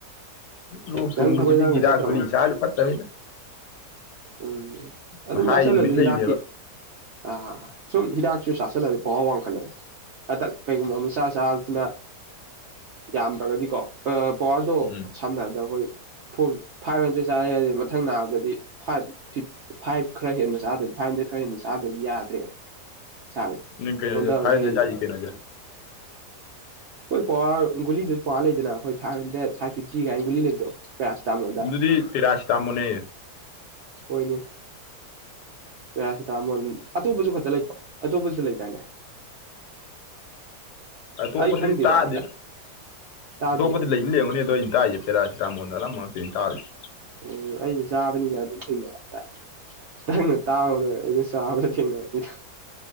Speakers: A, on the left; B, on the right.
A: ꯂꯣꯛ ꯊꯨꯡꯕꯁꯤꯗꯤ
B: ꯅꯪ ꯊꯕꯛ ꯏꯪꯈꯥꯡꯒ
A: ꯍꯤꯗꯥꯛ
B: ꯆꯠꯇ꯭ꯔꯕꯣ
A: ꯒꯨꯂꯤ ꯆꯥꯔꯁꯨ ꯐꯠꯇꯝꯅꯤꯗ
B: ꯎꯝ
A: ꯃꯁꯥꯒꯤ
B: ꯑꯗꯨꯝ ꯆꯥꯥꯁꯜꯂꯁꯨ
A: ꯅꯨꯃꯤꯠ ꯂꯩꯕꯅꯦꯕ
B: ꯍꯤꯗꯥꯛꯀꯤ ꯑ ꯁꯨꯝ ꯍꯤꯗꯥꯛꯁꯨ ꯆꯥꯁꯤꯜꯂꯗꯤ ꯄꯋꯥꯔ ꯋꯥꯡꯈꯠꯂꯛꯑꯦ ꯍꯟꯗꯛ ꯀꯩꯒꯨꯝꯕ ꯑꯃꯆꯥ ꯆꯥꯕꯁꯤꯅ ꯌꯥꯝꯗ꯭ꯔꯒꯗꯤꯀꯣ ꯄꯋꯥꯔꯗꯣ
A: ꯎꯝ
B: ꯁꯝꯅ ꯗ ꯑꯩꯈꯣꯏ ꯐꯣꯔ ꯐꯥꯏꯚ ꯍꯟꯗ꯭ꯔꯦꯠ ꯆꯥꯔꯦ ꯍꯥꯏꯔꯦ ꯃꯊꯪ ꯅꯥꯕꯗꯗꯤ ꯐꯥꯏꯚ ꯐꯤ ꯐꯥꯏꯚ ꯈꯔ ꯍꯦꯟꯅ ꯆꯥꯗꯣꯏꯗꯤ ꯐꯥꯏꯚ ꯍꯟꯗ꯭ꯔꯦꯠ ꯈꯔ ꯍꯦꯟꯟꯅ ꯆꯥꯗꯣꯏꯗꯤ ꯌꯥꯗ꯭ꯔꯦꯕ <unintelligible>
A: ꯅꯪ ꯀꯩꯅꯣꯁꯦ ꯐꯥꯏꯚ <unintelligible>
B: ꯍꯣꯏ ꯄꯋꯥꯔ ꯒꯨꯂꯤꯗꯨꯁꯨ ꯄꯋꯥꯔ ꯂꯩꯗꯅ ꯍꯣꯏ ꯐꯥꯏꯚ ꯍꯟꯗ꯭ꯔꯦꯠ ꯐꯥꯏꯚ ꯐꯤꯞꯇꯤ ꯀꯥꯏꯅ ꯒꯨꯂꯤ ꯂꯩꯕꯗꯣ ꯄꯦꯔꯥꯁꯤꯇꯥꯃꯣꯜꯗ
A: ꯑꯗꯨꯗꯤ ꯄꯤꯔꯥꯥꯁꯤꯇꯥꯃꯣꯟꯅꯦ
B: ꯍꯣꯏꯅꯦ ꯄꯦꯔꯥꯁꯤꯇꯥꯃꯣꯜ ꯑꯇꯣꯞꯄꯁꯨ ꯈꯛꯇ ꯂꯩꯇꯣ ꯑꯇꯣꯞꯄꯁꯨ ꯂꯩꯗꯥꯏꯅꯦ
A: ꯑꯇꯣꯞꯄꯗꯗꯤ
B: ꯑꯩ ꯈꯪꯗꯦꯗ
A: ꯇꯥꯗꯦꯕ
B: ꯇꯥꯗꯤꯌꯦ
A: ꯑꯇꯣꯞꯄꯗꯤ ꯂꯩꯗꯤ ꯌꯦꯡꯉꯨꯅꯤ ꯑꯗꯣ ꯑꯩꯅ ꯇꯥꯛꯌꯦꯕ ꯄꯦꯔꯥꯁꯤꯇꯥꯃꯣꯟꯅ ꯑꯅꯝꯕ <unintelligible> ꯑꯩꯅ ꯇꯥꯔꯤꯁꯦ
B: ꯎꯝ ꯑꯩꯅ ꯆꯥꯕꯅꯤꯅ ꯑꯗꯨꯝ ꯊꯦꯡꯅꯕ ꯍꯥꯏꯇꯥꯔꯦ ꯅꯪꯅ ꯇꯥꯕ ꯑꯣꯏꯔꯦ ꯑꯩꯅ ꯆꯥꯕꯗ ꯊꯦꯡꯅꯕꯅꯤꯗ